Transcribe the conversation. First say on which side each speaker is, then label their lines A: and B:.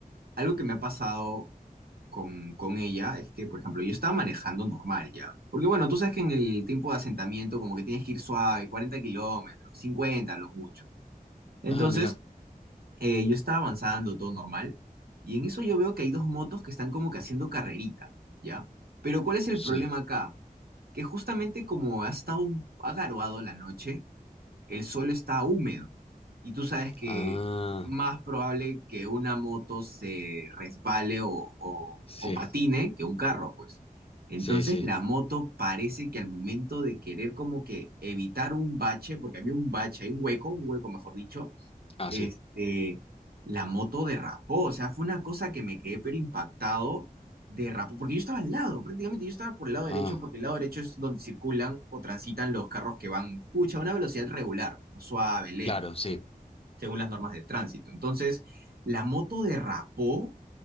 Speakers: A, on the right (about 85°); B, on the left (about 40°).
A: algo que me ha pasado con, con ella es que, por ejemplo, yo estaba manejando normal ya. Porque bueno, tú sabes que en el tiempo de asentamiento como que tienes que ir suave, 40 kilómetros, 50 lo mucho. Entonces,
B: ah, mira,
A: eh, yo estaba avanzando todo normal y en eso yo veo que hay dos motos que están como que haciendo carrerita, ¿ya? Pero ¿cuál es el
B: sí.
A: problema acá? Que justamente como ha estado un, ha garoado la noche, el suelo está húmedo y tú sabes que
B: Ah,
A: más probable que una moto se resbale o, o-
B: sí,
A: o patine que un carro, pues. Entonces
B: sí, sí.
A: la moto parece que al momento de querer como que evitar un bache, porque había un bache, hay un hueco, un hueco mejor dicho,
B: Ah,
A: este,
B: sí.
A: la moto derrapó, o sea, fue una cosa que me quedé pero impactado, derrapó, porque yo estaba al lado, prácticamente yo estaba por el lado
B: Ah,
A: derecho, porque el lado derecho es donde circulan o transitan los carros que van, pucha, a una velocidad regular, pues, no suave, lento,
B: claro, sí,
A: según las normas de tránsito. Entonces, la moto derrapó.